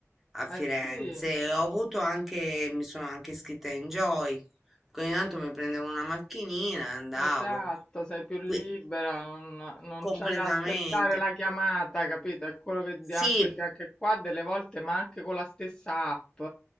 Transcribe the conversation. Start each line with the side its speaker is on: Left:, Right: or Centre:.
Centre: a Firenze
Left: Eh sì.
Centre: e ho avuto
Left: Eh.
Centre: anche, mi sono anche iscritta in Joy. Ogni tanto mi prendevo una macchinina e andavo
Left: Esatto, sei più libera,
Centre: qui
Left: non, non
Centre: completamente.
Left: c'hai da aspettare la chiamata, capito? È quello che
Centre: Sì,
Left: di- anche perché anche qua delle volte, ma anche con la stessa app,